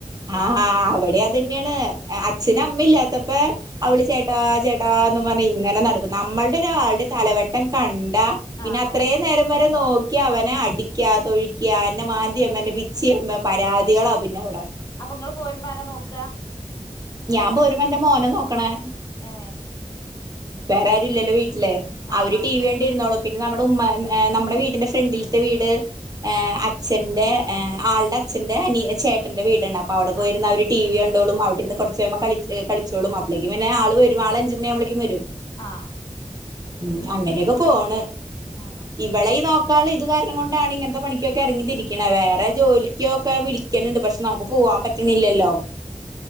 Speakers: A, on the right; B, on the left.
A: ഹാ ആ അവൻ ടെ അതന്നെയാണ് ഏഹ് അച്ഛനും അമ്മയില്യാ ത്തപ്പെ അവള് ചേട്ടാ ചേട്ടാ എന്ന് പറഞ്ഞ് ഇങ്ങനെ നടക്കും നമ്മൾടെ ഒരാൾടെ തലവെട്ടം കണ്ടാ പിന്നെ
B: ആ
A: അത്രേം
B: അടിയിടും
A: നേരം വരെ നോ ക്കി അവന അടിക്കാ തൊഴി ക്യാ എന്ന മാന്ത്യേം
B: ഏ
A: എന്ന പിച്ചിയമ്പം പരാതികളാ പിന്നെ ഒള്ളേ
B: അപ്പൊ ങ്ങള് പോരുമ്പ ആരാ നോക്ക
A: ഞാൻ പോരുമ്പ എന്റെ മോനെ നോ ക്കണേ
B: ഏ
A: വ്യാറെയാരും ഇല്ലല്ലോ വീ ല്ലെ
B: ആഹ്
A: അവര്
B: ആഹ്
A: ടി വി കണ്ടിരുന്നോളും പിന്നെ നമ്മുടെ ഉമ്മനെ ഏ നമ്മുടെ വീടിൻ്റെ ഫ്രണ്ടിൽത്തെ വീട് ഏഹ് അച്ഛൻ്റെ ഏഹ് ആൾടെ അച്ഛൻ്റെ അനിയ ചേട്ടൻ്റെ വീടണ് അ അപ്പ അവിടെ പോയിരുന്നവരു
B: ആഹ്
A: ടി വി കൺ ട്ടോളും അവിടിരുന്ന് കൊറച്ച്യമ്പം കളിച്ച് ഏഹ് കളിച്ചോളും അപ്പളേക്കും ന്നെ ആള് വരും ആള് അഞ്ചു മണിയുമ്പോളേക്കും വരും
B: ആഹ്
A: ഉം അങ്ങനെയൊക്കെ പോണ്
B: ആഹ്
A: ഇവളെ ഈ നോ ക്കാൾ ഇത് കാരണം കൊണ്ടാണ് ഇങ്ങനത്തെ പണിക്കൊക്കെ എറങ്ങി തിരിക്കണെ വേറെ ജോലിക്കൊക്കെ വിളിക്കണണ്ട് പക്ഷെ നമുക്ക് പോവാം പറ്റണില്ലല്ലോ